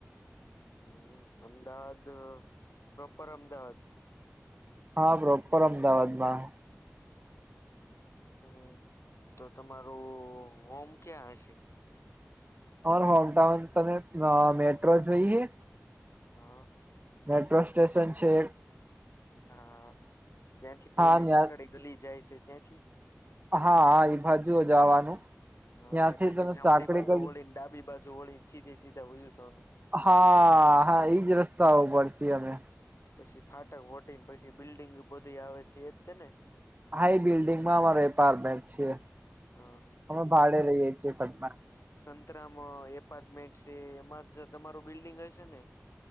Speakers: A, on the left; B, on the right.
A: હું અમદાવાદ પ્રોપર અમદાવાદ
B: હા પ્રોપર અમદાવાદ માં
A: હું તો તમારું હોમ ક્યાં હશે.
B: ઓર હોમટાઉન તમે અ મેટ્રો જઈએ.
A: હા.
B: મેટ્રો સ્ટેશન છે.
A: હા ત્યાંથી
B: હા
A: ઓલી
B: ત્યાં
A: સાંકળી ગલી જાય છે, ત્યાંથી
B: હા હા ઈ બાજુ એ જવાનું ત્યાંથી
A: અને પછી
B: તમે
A: જમડી
B: સાંકળી
A: બાજુ
B: કરી
A: વળીને ડાબી બાજુ વળી ને સીધે સીધા વયું જવાનું
B: હા હા એઈજ રસ્તા ઉપર છી અમે
A: પછી ફાટક વટી પછી બિલ્ડીિંગ બધી આવે છે. એ તને.
B: હા ઈ બિલ્ડિંગમાં અમાર વેપાર બેંક છે.
A: હ
B: અમે ભાડે રહીએ છીએ પટના
A: સંતરામ એપાર્ટમેન્ટ છે. એમાં જ તમારું બિલ્ડિંગ હશે ને?